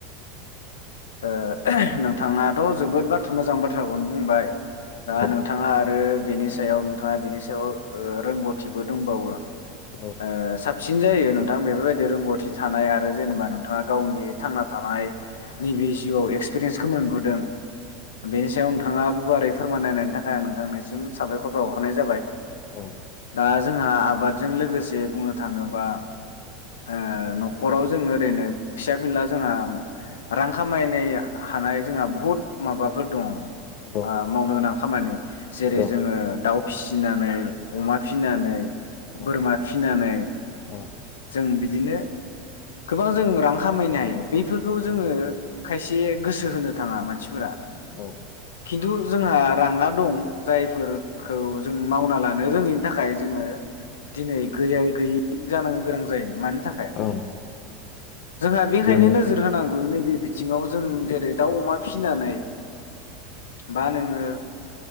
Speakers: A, on the left; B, on the left.
A: ओ नोंथाङाथ' जोबोद बाथ थ' मोजां बाथ्राखौनो बुंबाय। दा
B: औ
A: नोंथाङा आरो बेनि सायाव नोंथाङा बेनि सायाव ओ रोंगौथिबो दंबावो।
B: औ
A: ओ सात सिन जायो नोंथां बेफोरबायदि रोंगौथि थानाय आरो जेनेबा नोंथाङा गावनि थांना थानाय नैबे जिउआव एक्सपिरियेन्सखो मोनबोदों बेनि सायाव नोंथाङा गुवारै फोरमान नायनायनि थाखाय आं नोंथांनिसिम साबायखर बावहरनाय जाबाय।
B: औ
A: दा जोंहा आबादजों लोगोसे बुंनो थाङोबा ओ न'खराव जों ओरैनोब फिसा फिनला जोंहा रां खामायनाय हानाय जोंहा बहुद माबाफोर दं
B: दं
A: ओ मावनो गोनां खामानि जेरै
B: दं
A: जोंङो दाउ फिसिनानै अमा फिसिनानै
B: औ
A: बोरमा
B: औ
A: फिसिनानै
B: औ
A: जों बिद बिदिनो गोबां जों रां खामायनो हायो बेैफोरखौ ज
B: औ
A: जोंङो खायसे गोसो होनो थाङा मानसिफोरा
B: औ औ
A: खिन्थु जोंहा राङा दं जायफोरखौ जों मावना लानो रोङैनि थाखाय जोंङो दिनै गैयै गैयै जानो गोनां जायो मानो थाखाय
B: औ
A: जोंहा बेहायनो
B: जों
A: नोजोर होनां ओ नैबे बिथिङाव जों जेरै दाउ अमा फिसिनानै बा नोंङो